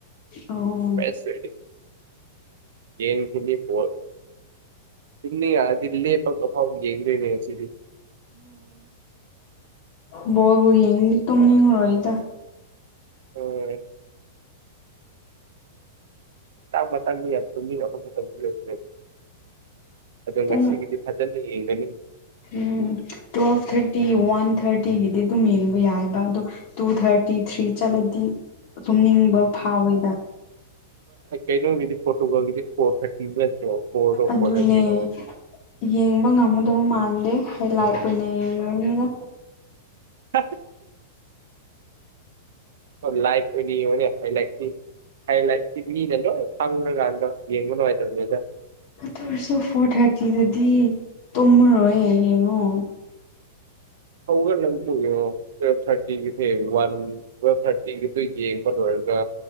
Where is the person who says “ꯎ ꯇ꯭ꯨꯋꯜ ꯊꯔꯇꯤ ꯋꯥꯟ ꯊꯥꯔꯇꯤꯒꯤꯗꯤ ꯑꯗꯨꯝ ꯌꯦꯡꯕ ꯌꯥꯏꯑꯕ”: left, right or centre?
Left